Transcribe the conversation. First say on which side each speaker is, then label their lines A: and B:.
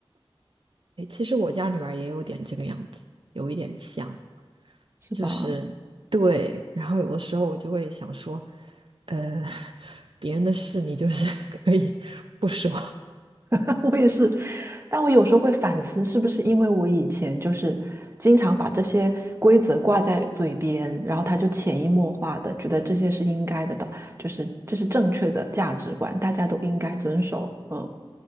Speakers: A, on the right (about 60°); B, on the right (about 25°).
A: 诶其实我家女儿也有点这个样子，有一点像，
B: 是吧？”
A: 就是对。然后有的时候我就会想说，呃，<laughs> 别人的事你就是 <laughs> 可以不说。
B: <laughs> 我也是，但我有时候会反思，是不是因为我以前就是经常把这些规则挂在嘴边，然后他就潜移默化的觉得这些是应该的的，就是这是正确的价值观，大家都应该遵守。嗯，